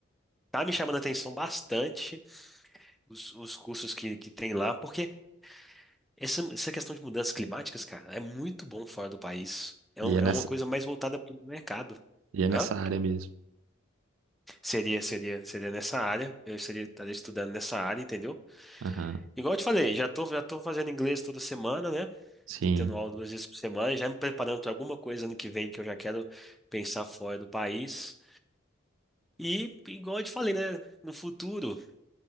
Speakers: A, in the centre; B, on the right.
A: tá me chamando a atenção bastante os, os cursos que, que tem lá, porque essa, essa questão de mudanças climáticas, cara, é muito bom fora do país. É, um-
B: E é
A: é
B: nessa,
A: uma coisa mais voltada para o mercado.
B: e é nessa
A: Hã?
B: área mesmo.
A: Seria, seria, seria nessa área. Eu seria, estaria estudando nessa área, entendeu?
B: Aham.
A: Igual eu te falei, já tô, já tô fazendo inglês toda semana, né?
B: Sim.
A: Tô tendo aula duas vezes por semana, já me preparando para alguma coisa ano que vem que eu já quero pensar fora do país. E, igual eu te falei, né? No futuro.